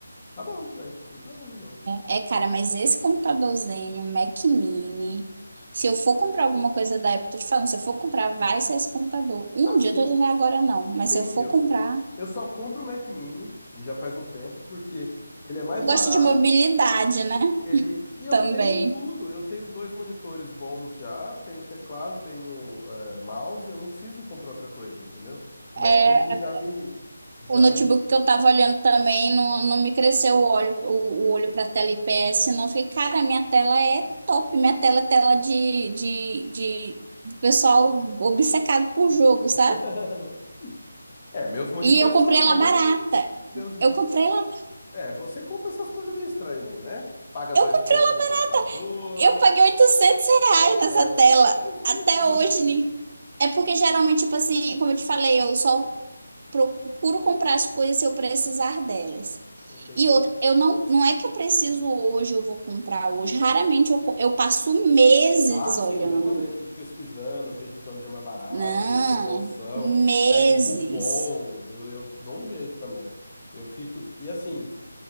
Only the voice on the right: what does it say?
É, é, cara, mas esse computadorzinho, Mac Mini, se eu for comprar alguma coisa da Apple, tô te falando, se eu for comprar, vai ser esse computador. Um
dia eu tô dizendo agora não, mas
se eu for
comprar,
eu
gosto de mobilidade, né?
Também.
É,
o notebook
que eu tava olhando também não, não me cresceu o olho, o, o olho pra tela IPS, não. Eu Fiquei, cara, minha tela é top, minha tela é tela de, de, de, de pessoal obcecado por jogo, sabe?
E eu comprei
ela
barata.
Eu comprei ela
Eu comprei,
um,
eu paguei 800 reais
nessa
tela.
Até hoje. né É porque geralmente, tipo assim, como eu te falei, eu só procuro comprar as coisas se eu precisar delas.
E outra, eu não, não é que eu preciso hoje, eu vou comprar hoje. Raramente eu, co- eu passo meses
olhando.
Não,
meses.